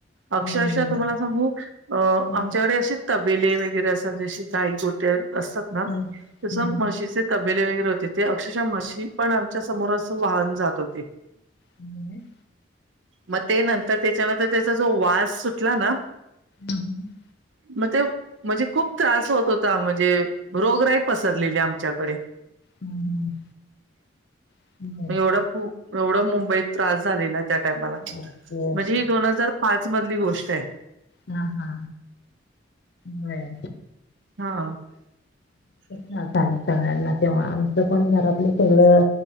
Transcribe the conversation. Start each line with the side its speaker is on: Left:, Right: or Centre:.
Right: अक्षरशः
Left: बरं.
Right: तुम्हाला सांगू अ
Left: हम्म,
Right: आमच्याकडे
Left: हम्म,
Right: असे तबेले वगैरे असं जशी गाई गोटे असतात ना
Left: हम्म.
Right: तस
Left: बरोबर.
Right: म्हशीचे तबेले वगैरे होते ते अक्षरशः म्हशी पण आमच्या समोर अस वाहुन जात होती
Left: हम्म,
Right: मग ते नंतर त्याच्यानंतर त्याचा जो वास सुटला ना
Left: हम्म,
Right: <inaudible> मग ते म्हणजे खूप त्रास होत होता म्हणजे रोगराही पसरलेली आमच्याकडे
Left: हम्म, <inaudible>
Right: मग एवढा एवढं मुंबईत त्रास झालेला त्या टाईमाला
Left: ओके.
Right: म्हणजे ही दोन हजार पाच मधली गोष्ट आहे
Left: हा हा होय
Right: हा <inaudible>
Left: झालं सगळ्यांना तेव्हा आमचं पण घरातले सगळं